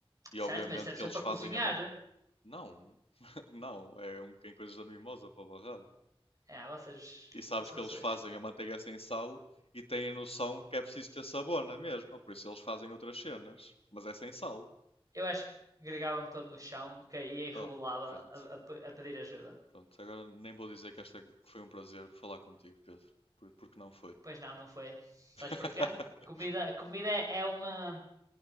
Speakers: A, on the left (about 70°); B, on the right (about 35°).
A: E
B: Certo,
A: obviamente
B: mas deve
A: que
B: ser
A: eles
B: para
A: fazem
B: cozinhar.
A: a manteiga. Não, <laughs> não, é um em coisas da mimosa para barrar.
B: É, vocês
A: E sabes
B: são
A: que
B: pessoas.
A: eles fazem a manteiga sem sal e têm a noção que é preciso ter sabor na mesma, por isso eles fazem outras cenas, mas é sem sal.
B: Eu acho que gregava-me todo no chão, caía e rebolava
A: Oh, pronto,
B: a, a a pedir ajuda.
A: pronto. Agora nem vou dizer que esta que foi um prazer falar contigo, Pedro, por- porque não foi.
B: Pois não, não foi.
A: <laughs>
B: Sabes porquê? Comida, comida é- é uma.